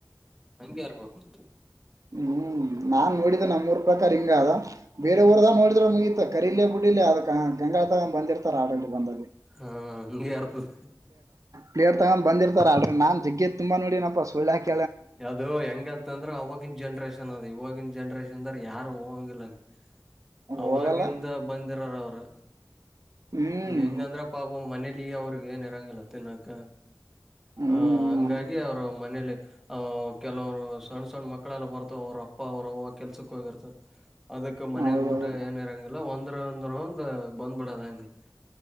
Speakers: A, in the centre; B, on the right (about 50°).
A: ಹಂಗೆ ಇರ್ಬೇಕು
B: ಹ್ಮ್ ನಾನ್ ನೋಡಿದ್ದ ನಮ್ಮೂರು ಪ್ರಕಾರ ಹಿಂಗ ಅದ ಬೇರೆ ಊರದಾಗ ನೋಡಿದ್ರ ಮುಗಿ ಕರಿೀಲೇ ಬಿಡಿಿಲ್ಲ ಅದ ಗಂಗಾಳ ತಗ ಬಂದಿರ್ತಾರ ಆಡಲ್ಲಿ ಬಂದ
A: ಹಾ ನಿಮಗೆ ಆರ್ತದೆ
B: ಪ್ಲರ್ ತಗ್ ಬಂದಿರ್ತಲ್ ನನ್ ಜಗ್ಗಿದ್ದ ತುಂಬ ನೋಡಿನಪ ಸಳ್ಳಾಕಿ
A: ಅದು ಹೆಂಗಂತಂದ್ರ ಅವವಾಗಿನ್ ಜನ್ರೇಷನ್ ಅದ್ ಇವಾಗಿನ್ ಜನ್ರೇಷನ್ ಅಂದ್ರ ಯಾರು ಹೋಗಂಗಿಲ್ಲಂಗಗೆ ಅವಾಗಿಂದ
B: ಹೋಗಲ್ಲ
A: ಬಂದಿರಾರ ಅವರು
B: ಹ್ಮ್
A: ಈಗ ಹೆಂಗಂದ್ರ ಪಾಪ ಮನೇಲಿ ಅವ್ರಗ್ ಏನ್ ಇರಂಗಲ್ಲ ತಿನ್ನಾಕ
B: ಹ್ಮ್
A: ಹ ಹಂಗಾಗಿ ಅವರು ಮನೇಲಿ ಆ್ ಕೆಲವರು ಸಣ್ಣ ಸಣ್ಣ ಮಕ್ಕಳ ಮಕ್ಕಳೆಲ್ಲ ಬರ್ತಾವ ಅವ್ರ ಅಪ್ಪ ಅವ್ರ ಅವ್ವ ಕೆಲ್ಸಕ್ಕ ಹೋಗಿರ್ತರ್ ಅದಕ್ ಮನೆಗ್
B: ಹೌದೌದು
A: ಊಟ ಏನ್ ಇರಂಗಿಲ್ಲ ಒಂದ್ರ ಒಂದ್ರ ಒಂದ ಬಂದ್ ಬಿಿಡದ ಹಂಗಗೆ